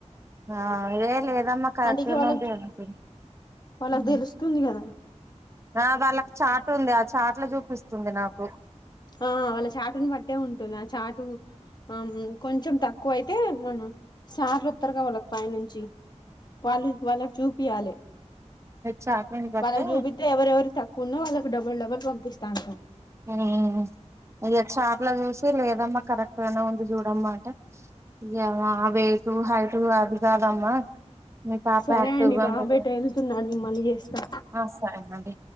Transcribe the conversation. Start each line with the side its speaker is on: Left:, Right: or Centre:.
Right: ఆ లేదమ్మా కరెక్ట్
Left: అంటే ఇగ వాళ్ళకి
Right: నే
Left: వాళ్ళకి తెలుస్తుంది
Right: <inaudible>
Left: కదా
Right: ఆ వాళ్ళకి చాటు ఉంది ఆ చాట్ల చూపిస్తుంది నాకు
Left: ఆ వాళ్ళ చాటుని బట్టే ఉంటుంది చాటు ఆ కొంచెం తక్కువ అయితే మన సర్లోత్తరుగా వాళ్ళకు పై నుంచి వాళ్ళు వాళ్ళకు చూపియాలి
Right: చాట్ ని బట్టి
Left: వాళ్ళకు చూపిస్తే ఎవరెవరు తక్కువ ఉన్న వాళ్ళకి డబుల్ డబుల్ పంపిస్తాన్రు
Right: హా ఇక చాట్ల చూసి లేదమ్మా కరెక్ట్ గానే ఉంది చూడమ్మా అంటే ఇగ వేయిటు హైటు అది కాదమ్మా మీ పాప
Left: సరే
Right: యాక్టివ్
Left: అండి
Right: గా
Left: బాబు
Right: ఉండదు
Left: ఎటో ఎల్తున్నాడు నేను మళ్ళీ చేస్తా
Right: ఆ సరేనండి